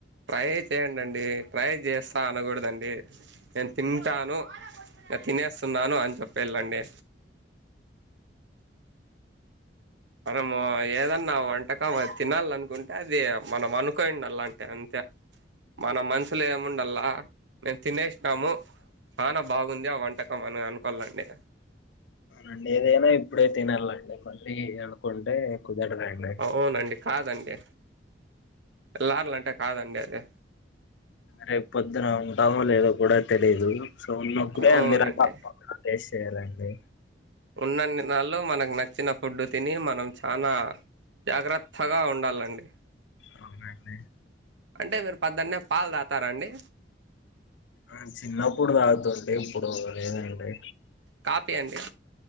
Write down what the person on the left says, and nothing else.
అండ్ ఏదైనా ఇప్పుడే తినాలండి మళ్ళీ అనుకుంటే కుదరదండి
రేపు పొద్దున ఉంటామో లేదో కూడా తెలీదు సో ఉన్నప్పుడే
అన్ని రకాల అ ఫేస్ట్ చేయాలండి
అవునండి
ఆ చిన్నప్పుడు తాగుతుండే ఇప్పుడు లేదండి